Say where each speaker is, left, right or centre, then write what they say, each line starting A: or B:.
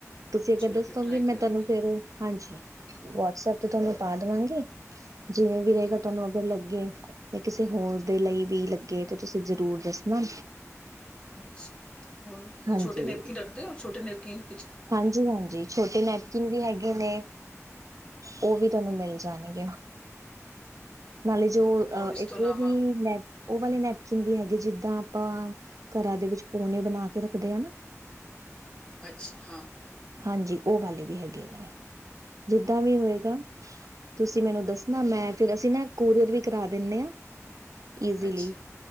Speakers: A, on the right (about 85°); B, on the left (about 20°).
A: ਤੁਸੀਂ ਅਗਰ
B: ਚਲੋ
A: ਦੱਸੋਗੇ
B: ਫਿਰ ਟਰਾਈ ਕਰਾਂਗੇ
A: ਮੈਂ ਤੁਹਾਨੂੰ ਫਿਰ, ਹਾਂਜੀ, ਵਟਸਐਪ ਤੇ ਤੁਹਾਨੂੰ ਪਾ ਦੇਵਾਂਗੀ। ਜਿਵੇਂ ਵੀ ਰਹੇਗਾ,
B: ਹੂੰ
A: ਤੁਹਾਨੂੰ ਅਗਰ ਲੱਗੇ ਜਾਂ ਕਿਸੇ ਹੋਰ ਦੇ ਲਈ ਵੀ ਲੱਗੇ, ਤੇ ਤੁਸੀਂ ਜ਼ਰੂਰ ਦੱਸਣਾ।
B: ਅੱਛਾ, ਹੋਰ, ਉਹ
A: ਹਾਂਜੀ
B: ਛੋਟੇ ਨੈਪਕੀਨ ਰੱਖਦੇ ਹੋ, ਛੋਟੇ ਨੈਪਕੀਨ
A: ਹਾਂਜੀ, ਹਾਂਜੀ, ਛੋਟੇ ਨੈਪਕਿਨ ਵੀ ਹੈਗੇ ਨੇ। ਉਹ ਵੀ ਤੁਹਾਨੂੰ ਮਿਲ ਜਾਣਗੇ। ਨਾਲੇ ਜੋ, ਅ
B: ਔਰ ਇਸ
A: ਇੱਕ
B: ਤੋਂ ਇਲਾਵਾ
A: ਉਹ ਵੀ ਨੈ ਉਹ ਵਾਲੇ ਨੈਪਕਿਨ ਵੀ ਹੈਗੇ, ਜਿੱਦਾਂ ਆਪਾਂ ਘਰਾਂ ਦੇ ਵਿੱਚ ਪੋਨੇ ਬਣਾ ਕੇ ਰੱਖਦੇ ਆ ਨਾ।
B: ਅੱਛਾ, ਹਾਂ।
A: ਹਾਂਜੀ, ਉਹ ਵਾਲੇ ਵੀ ਹੈਗੇ ਨੇ, ਜਿੱਦਾਂ ਵੀ ਹੋਏਗਾ ਤੁਸੀਂ ਮੈਨੂੰ ਦੱਸਣਾ, ਮੈਂ ਫਿਰ ਅਸੀਂ ਨਾ ਕੋਰੀਅਰ ਵੀ ਕਰਾ ਦੇਨੇ ਆਂ। ਇਜਲੀ,
B: ਅੱਛਾ